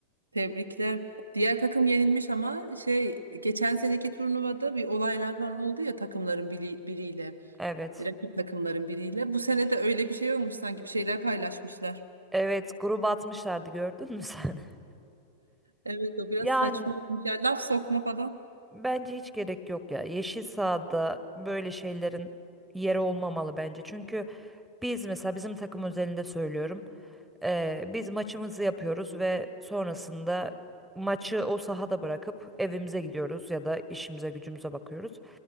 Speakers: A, on the right (about 80°); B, in the centre.
A: Tebrikler. Diğer takım yenilmiş ama şey geçen seneki turnuvada bir olaylar falan oldu ya takımların biri, biriyle,
B: Evet.
A: rakip takımların biriyle. Bu sene de öyle bir şey olmuş sanki bir şeyler paylaşmışlar.
B: Evet, grup atmışlardı gördün mü sen? <laughs>
A: Evet o biraz
B: Yani
A: saçma olmuş. Yani laf sokma falan.
B: bence hiç gerek yok ya. Yeşil sahada böyle şeylerin yeri olmamalı bence. Çünkü biz mesela bizim takım özelinde söylüyorum. Eee, biz maçımızı yapıyoruz ve sonrasında maçı o sahada bırakıp evimize gidiyoruz ya da işimize gücümüze bakıyoruz.